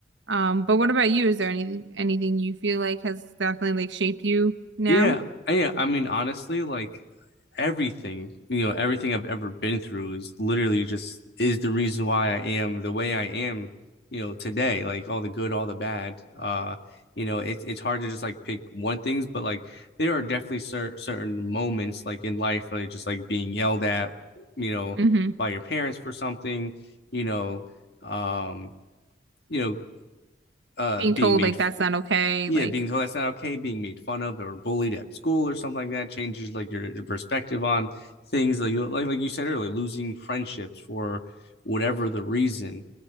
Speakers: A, on the right; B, on the left.
A: Um, but what about you? Is there anything anything you feel like has definitely like shaped you now?
B: Yeah, yeah. I mean, honestly, like everything, you know, everything I've ever been through is literally just is the reason why I am the way I am, you know, today, like all the good, all the bad. Uh, you know, it's it's hard to just like pick one things, but like there are definitely cer certain moments like in life, like just like being yelled at, you know,
A: hmm
B: by your parents for something, you know, um, you know, uh,
A: Being
B: being
A: told
B: made
A: like that's not okay,
B: yeah,
A: like
B: being told that's not okay, being made fun of or bullied at school or something like that changes like your, your perspective on things like you like like you said earlier, losing friendships for whatever the reason.